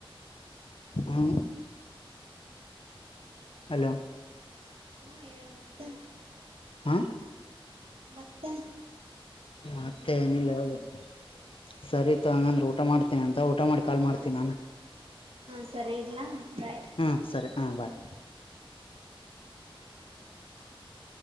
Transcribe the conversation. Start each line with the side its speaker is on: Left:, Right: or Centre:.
Left: ಹು ಹಲೋ
Right: ಹ್ಮ ಹೇಳು ಮತ್ತೆ
Left: ಹಾ
Right: ಮತ್ತೆ
Left: ಮತ್ತೆ ಏನಿಲ್ಲ ಹೇಳ್ಬೇಕು ಸರಿ ತಗಂದ್ರೆ ಊಟ ಮಾಡ್ತೇನ ಅಂತ <unintelligible> ಊಟ ಮಾಡಿ ಕಾಲ್
Right: ಹಾ
Left: ಮಾಡ್ತನಿ ನಾನೇ
Right: ಸರಿ ಹಾ ಸರಿ ಇಡ್ಲಾ ಬಾಯ್
Left: ಹ್ಮ ಸರಿ ಹ ಬಾಯ್ <inaudible>